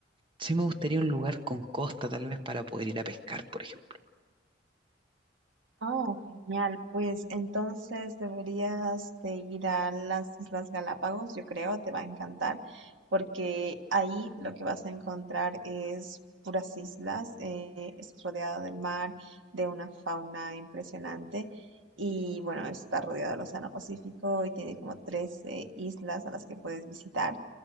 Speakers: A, on the right; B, on the right.
A: Sí me gustaría un lugar con costa, tal vez, para poder ir a pescar, por ejemplo.
B: Oh, genial. Pues entonces deberías de ir a las Islas Galápagos, yo creo, te va a encantar, porque ahí lo que vas a encontrar es puras islas, eh, es rodeado del mar, de una fauna impresionante y bueno, está rodeado del Océano Pacífico y tiene como 13 islas a las que puedes visitar.